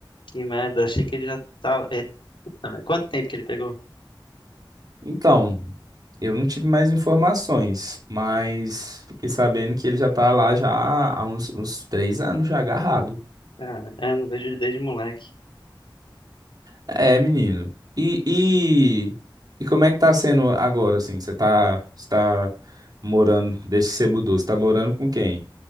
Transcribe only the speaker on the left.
Que merda. Achei que ele já tava. é, Puta merda. Quanto tempo que ele pegou?
Cara, é, não vejo ele desde moleque.